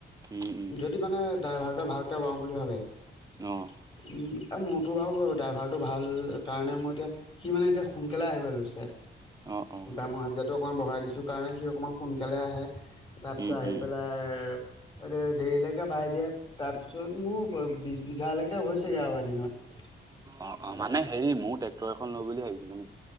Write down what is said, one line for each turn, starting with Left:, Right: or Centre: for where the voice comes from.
Right: উম উম
Left: যদি মানে ড্ৰাইভাৰকে ভালকে বাওঁ বুলি ভাবে উম
Right: অ
Left: এ মোৰতো বাৰু ড্ৰাইভাৰটো ভাল কাৰণে মই এতিয়া সি মানে এতিয়া সোনকালে আহিব লৈছে এ
Right: অ অ
Left: ড মৰ হাজিয়াটো অকণমান বঢ়াই দিছো কাৰণে সি অকণমান সোনকালে আহে তাৰপিছত
Right: উম
Left: আহি
Right: উম
Left: পেলাই দেৰিলৈকে বাই দিয়ে তাৰপিছত মোৰ বি বিঘালৈকে হৈছেগে আৰু এদিনত
Right: অ অ মানে হেৰি মোৰ ট্ৰেক্টৰ এখন লৈ বুলি ভাবিছো